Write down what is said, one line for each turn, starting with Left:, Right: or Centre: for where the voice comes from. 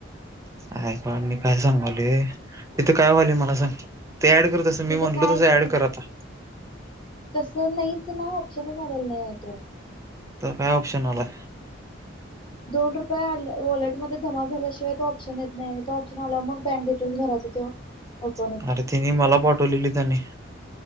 Right: ऐ बा मी काय सांगवले तिथे काय वाले मला सांग ते ऍड करतसं मी
Left: तिथं
Right: म्हटलो
Left: कायच
Right: तसं
Left: नाही
Right: ऍड कर आता
Left: तसं नाहीच ना ऑप्शनच आलेला नाही आहे तो
Right: तर काय ऑप्शन आलाय
Left: दोन रुपया आले वॉलेटमध्ये जमा झाल्याशिवायो ऑप्शन येत नाही तो ऑप्शन आला मग बँक डिटेल्स भरायचं तेो
Right: <inaudible>
Left: हो पणत
Right: तिनी मला पाठवलेली त्यांनी